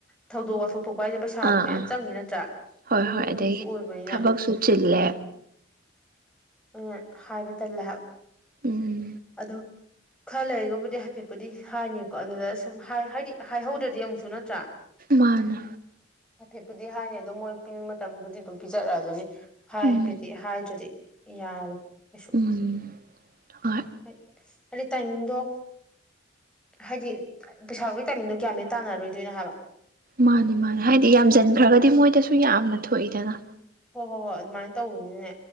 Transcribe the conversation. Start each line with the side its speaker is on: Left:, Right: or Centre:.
Centre: ꯊꯧꯗꯣꯛ ꯋꯥꯊꯣꯛ ꯊꯣꯛꯄ ꯍꯥꯏꯁꯦ ꯄꯩꯁꯥꯕꯨ
Right: ꯑꯥ
Centre: ꯃꯌꯥꯝ
Right: ꯑꯥ
Centre: ꯆꯪꯉꯤꯅ ꯇꯔ
Right: ꯍꯣꯏ
Centre: ꯏꯃꯨꯡꯒꯤꯁꯨ
Right: ꯍꯣꯏ ꯑꯗꯒꯤ
Centre: ꯑꯣꯏꯕꯅꯤꯅ
Right: ꯊꯕꯛꯁꯨ ꯆꯤꯜꯂꯦ
Centre: ꯑ ꯍꯥꯏꯕ ꯇꯜꯂꯦ ꯍꯥꯏꯕ
Right: ꯎꯝ
Centre: ꯑꯗꯣ ꯈꯔ ꯂꯩꯒꯕꯨꯗꯤ ꯍꯥꯏꯐꯦꯠꯄꯨꯗꯤ ꯍꯥꯏꯅꯤꯀꯣ ꯑꯗꯨꯗ ꯁꯨꯝ ꯍꯥꯏꯗꯤ ꯍꯥꯏꯍꯧꯗ꯭ꯔꯗꯤ ꯑꯃꯨꯛꯁꯨ ꯅꯠꯇ꯭ꯔꯥ
Right: ꯃꯥꯅꯦ
Centre: ꯍꯥꯏꯐꯦꯠꯄꯨꯗꯤ ꯍꯥꯏꯅꯤ ꯑꯗꯨꯝ ꯃꯣꯏ ꯄꯤꯅꯤꯡ ꯃꯇꯝꯕꯨꯗꯤ ꯑꯗꯨꯝ ꯄꯤꯖꯔꯛꯑꯖꯅꯤ ꯍꯥꯏ ꯍꯥꯏꯐꯦꯠꯇꯤ
Right: ꯎꯝ
Centre: ꯍꯥꯏꯗ꯭ꯔꯗꯤ ꯌꯥꯔꫭꯏ ꯀꯩꯁꯨ
Right: ꯎꯝ ꯍꯣꯏ
Centre: ꯍꫭꯏ ꯑꯗꯤ ꯇꯥꯏꯃꯤꯡꯗꯣ ꯍꯥꯏꯗꯤ ꯄꯩꯁꯥ ꯂꯧꯕꯩ ꯇꯥꯏꯃꯤꯡꯗꯣ ꯒꯌꯥꯟꯃꯦꯟ ꯇꯥꯟꯅꯔꯣꯏꯗꯣꯏꯅꯦ ꯍꯥꯏꯕ
Right: ꯃꯥꯅꯤ ꯃꯥꯅꯤ ꯍꯥꯏꯗꯤ ꯌꯥꯝꯖꯟꯈ꯭ꯔꯒꯗꯤ ꯃꯣꯏꯗꯁꯨ ꯌꯥꯝꯅ ꯊꯣꯛꯏꯗꯅ
Centre: ꯍꯣꯏ ꯍꯣꯏ ꯍꯣꯏ ꯑꯗꯨꯃꯥꯏ ꯇꯧꯕꯅꯤꯅꯦ